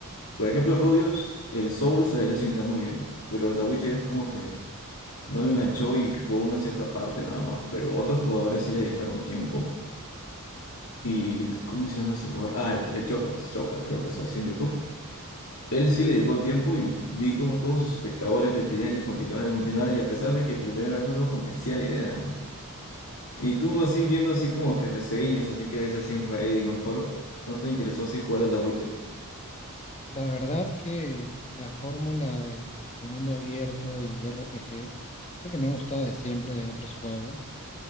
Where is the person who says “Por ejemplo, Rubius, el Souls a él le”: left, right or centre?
Left